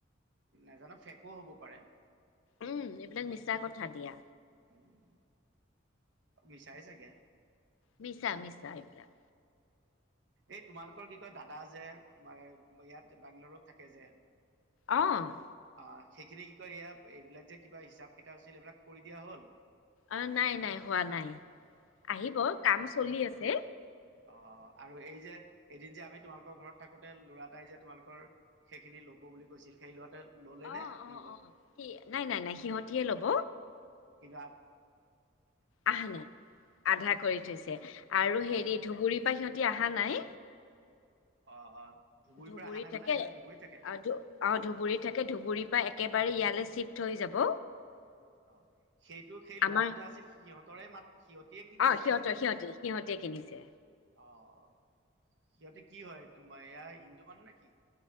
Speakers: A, on the right; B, on the left.
A: নাজানো ফে'কো হ'ব পাৰে।
B: উম, এইবিলাক মিছা কথা দিয়া।
A: উম, মিছাই ছাগে।
B: মিছা, মিছা এইবিলাক।
A: এই তোমালোকৰ কি কয় দাদা যে ইয়াত বােংগালৰুত থাকে যে
B: অ'।
A: অঁ সেইখিনি কি কয় এইয়া এইবিলাক যে কিবা হিচাপ কিতাপ আছিল এইবিলাক কৰি দিয়া হ'ল?
B: অ' নাই নাই হোৱা নাই, আহিব কাম চলি আছে।
A: অ' আৰু এই যে এদিন যে আমি তোমালোকৰ ঘৰত থাকোতে ল'ৰা এটাই যে তোমালোকৰ সেইখিনি ল'ব বুলি কৈছিল সেই ল'ৰাটো ললে
B: অ
A: নে
B: অ
A: নল'লে?
B: অ সি নাই নাই নাই সিহঁতিয়ে ল'ব
A: কিন্ত
B: আহা নাই আধা কৰি থৈছে আৰু
A: অঁ
B: হেৰি ধুবুৰী পৰা সিহঁতি আহা আহা নাই
A: অঁ অঁ ধুবুৰীৰ
B: ধুবুৰীত
A: পৰা অহা নাই মানে
B: থাকে,
A: সিহঁতে ধুবুৰীত থাকে
B: অ' ধু অ' ধুবুৰীত থাকে ধুবুৰীৰ পৰা একে বাৰে ইয়ালৈ চিফ্ট হৈ যাব।
A: অ' সেইটো সেই লৰাটো
B: আমাৰ
A: যে আছিল সিহঁতৰে মাট সিহঁতেই কিনিছে,
B: অ সিহঁতৰ সিহঁতে সিহঁতে কিনিছে
A: অ'। সিহঁতে কি হয় তোমাৰ এয়া হিন্দু মানুহ নে কি?